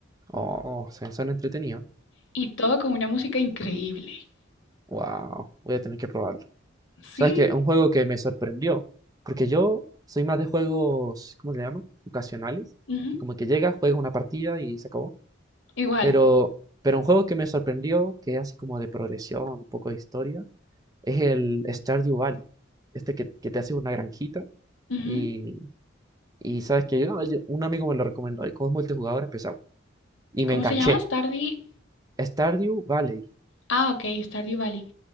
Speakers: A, on the right; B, on the left.
A: Oh, se suena entretenido.
B: Y todo con una música increíble.
A: Wow, voy a tener que probarlo. ¿Sabes
B: Sí,
A: qué? Un juego que me sorprendió, porque yo soy más de juegos, ¿cómo se llaman? Ocasionales,
B: Ujú,
A: que como que llega, juega una partida y se acabó.
B: igual.
A: Pero, pero un juego que me sorprendió, que es así como de progresión, un poco de historia, es el Stardew Valley. Este que, que te hace una granjita
B: ujú.
A: Y, y sabes que yo, yo- un amigo me lo recomendó y como es multijugador empezamos. Y me
B: ¿Cómo
A: enganché.
B: se llama? Stardew.
A: Stardew Valley.
B: Ah, ok, Stardew Valley.